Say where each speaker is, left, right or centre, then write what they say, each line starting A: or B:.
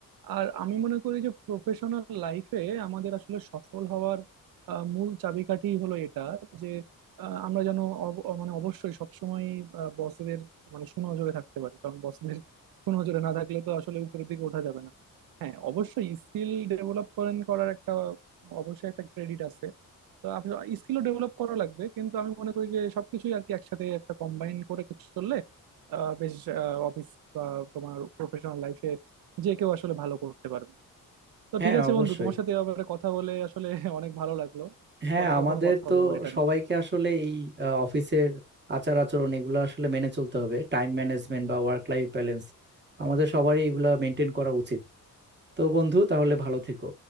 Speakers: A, on the right (about 80°); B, on the right (about 30°).
A: আর আমি মনে করি যে প্রফেশনাল লাইফে আমাদের আসলে সফল হওয়ার আহ, মূল চাবিকাঠি হলো এটা যে আহ, আমরা যেন অব- অ- মানে অবশ্যই সবসময় বসেদের মানে সুনজরে থাকতে পারি কারণ বসদের সুনজরে না থাকলে তো আসলে উপরের দিকে ওঠা যাবে না হ্যাঁ অবশ্যই স্কিল ডেভেলপ করেন করার একটা অবশ্যই একটা ক্রেডিট আছে তো আপনি স্কিলও ডেভেলপ করা লাগবে কিন্তু আমি মনে করি যে সবকিছুই আর কি একসাথে একটা কম্বাইন করে চললে আহ, বেশ অফিস বা তোমার প্রফেশনাল লাইফে যে কেউ আসলে ভালো করতে পারবে তো
B: হ্যাঁ
A: ঠিক আছে
B: অবশ্যই
A: বন্ধু তোমার সাথে এ ব্যাপারে কথা বলে আসলে অনেক ভালো লাগলো
B: হ্যাঁ
A: পরে
B: আমাদের
A: কখনো কথা
B: তো
A: হবে আবার এটা
B: সবাইকে
A: নিয়ে
B: আসলে এই আহ, অফিসের আচার আচরণ এগুলো আসলে মেনে চলতে হবে টাইম ম্যানেজমেন্ট বা ওয়ার্ক লাইফ ব্যালেন্স আমাদের সবারই এগুলো মেনটেন করা উচিত তো বন্ধু তাহলে ভালো থেকো